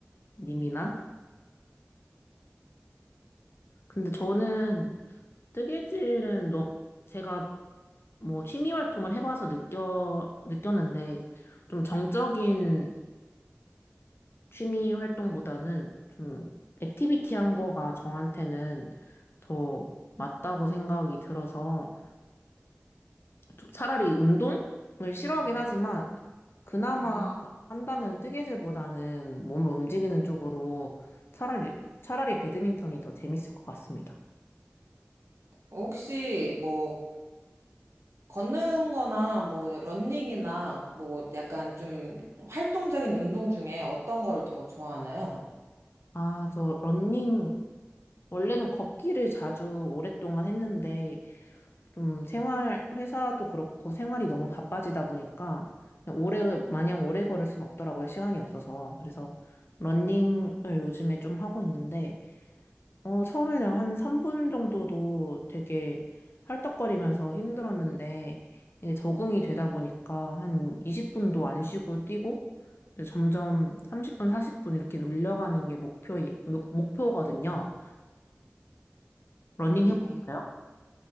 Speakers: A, on the left; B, on the right.
A: 님이나. 근데 저는 뜨개질은 너, 제가 뭐 취미 활동을 해봐서 느껴, 느꼈는데 좀 정적인 취미 활동보다는 좀 액티비티한 거가 저한테는 더 맞다고 생각이 들어서 저- 차라리 운동을 싫어하긴
B: 음.
A: 하지만 그나마
B: 음,
A: 음. 한다면 뜨개질보다는 몸을 움직이는 쪽으로 차라리 차라리 배드민턴이 더 재밌을 것 같습니다.
B: 혹시 뭐 걷는 거나 뭐 러닝이나 뭐 약간 좀 활동적인 운동 중에 어떤 걸 더 좋아하나요?
A: 아, 저 러닝 원래는 걷기를 자주 오랫동안 했는데 좀 생활 회사도 그렇고 생활이 너무 바빠지다 보니까 그냥 오래 마냥 오래 걸을 순 없더라고요. 시간이 없어서. 그래서 러닝을 요즘에 좀 하고 있는데 어, 처음에는 한 3분 정도도 되게 헐떡거리면서 힘들었는데, 이제 적응이 되다 보니까 한 20분도 안 쉬고 뛰고, 이제 점점 30분, 40분 이렇게 올려가는 게 목표, 목표거든요. 러닝
B: 음,
A: 해볼까요?